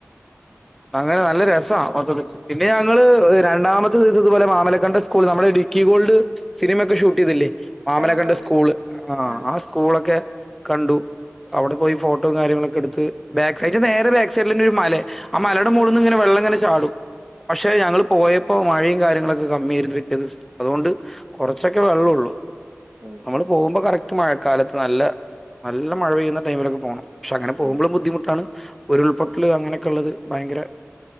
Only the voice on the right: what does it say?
ആഹ് ആഹ്
ആഹ്
ഉം
ഉം
ആഹ്
ഉം
ഉം
ഉം